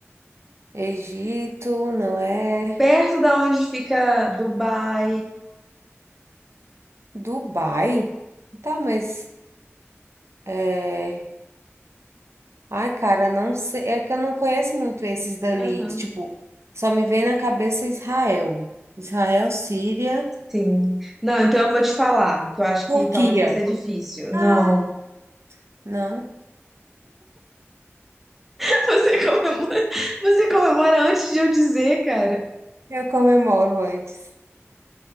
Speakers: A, on the right; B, in the centre.
A: Egito, não é?
B: Perto da onde fica Dubai.
A: Dubai? Tá, mas é... Ai, cara, não sei. É que eu não conheço muito esses dali.
B: Aham,
A: Tipo, só me vem na cabeça Israel. Israel, Síria.
B: sim. Não, então eu vou te falar, que eu acho
A: Turquia.
B: que talvez vai ser difícil.
A: Ah,
B: Não.
A: não.
B: <laughs> Você comemora, você comemora antes de eu dizer, cara.
A: Eu comemoro antes.